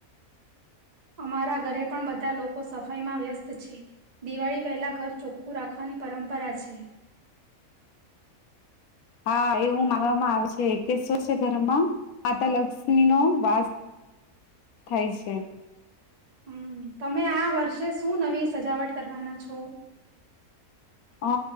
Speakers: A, on the right (about 35°); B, on the left (about 75°).
A: તમારા ઘરે પણ બધા લોકો સફાઈમાં વ્યસ્ત છે. દિવાળી પહેલા ઘર ચોખ્ખું રાખવાની પરંપરા છે.
B: હા. એવું માનવામાં આવે છે કે છ, ઘરમાં માતા લક્ષ્મી નો વાસ થાય છે.
A: હમ. તમે આ વર્ષે શું નવી સજાવટ કરવાના છો!
B: અ